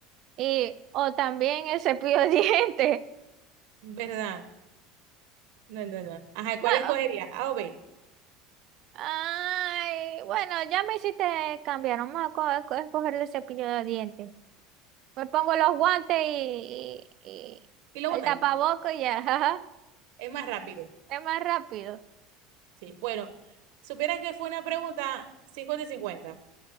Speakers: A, on the right; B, on the right.
A: Y, o también el cepillo de <laughs> dientes.
B: ¿verdad? No, no, no. Ajá, ¿cuál
A: No.
B: escogería? A o B.
A: Ay, bueno, ya me hiciste cambiar. Vamos a, co- a co- escoger el cepillo de dientes. Me pongo los guantes y, y- y
B: Y lo
A: el
B: botáis.
A: tapaboco y ya. <laughs> ajá.
B: Es más rápido.
A: Es más rápido.
B: Sí, bueno, supieras que fue una pregunta 50 y 50